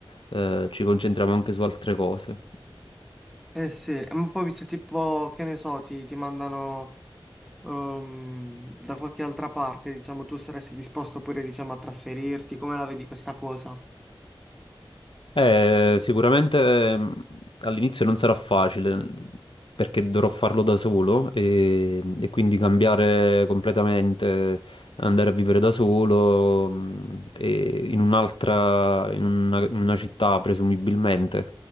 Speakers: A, on the left; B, in the centre.
A: eh, ci concentriamo anche su altre cose.
B: Eh sì, eh, ma poi se tipo, che ne so, ti, ti mandano ehm, da qualche altra parte, diciamo, tu saresti disposto pure, diciamo, a trasferirti, come la vedi questa cosa?
A: Eh, sicuramente mm, all'inizio non sarà facile n- perché dovrò farlo da solo e, e quindi cambiare completamente, andare a vivere da solo mm, e in un'altra, in una, in una città presumibilmente,